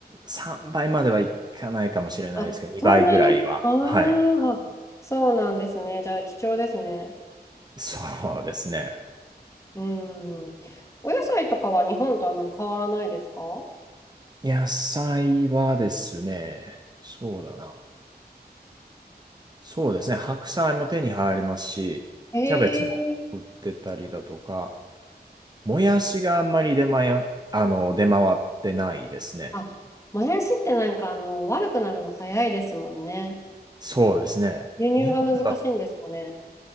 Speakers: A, on the right; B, on the left.
A: 3倍まではいかないかもしれないですけど、
B: あ、
A: 2倍ぐらいは、
B: そんなに。ああ、
A: はい。
B: そうなんですね。じゃあ貴重ですね。
A: そうですね。
B: うん。お野菜とかは日本とあまり変わらないですか
A: 野菜はですね、そうだな。そうですね、白菜も手に入りますし、
B: ええ
A: キャベツも売ってたりだとか、もやしがあんまり出回や、あの、出回ってないですね。
B: あ、もやしってなんかあの、悪くなるの早いですもんね。
A: そうですね。
B: 輸入が難しいんですかね。
A: 日本だ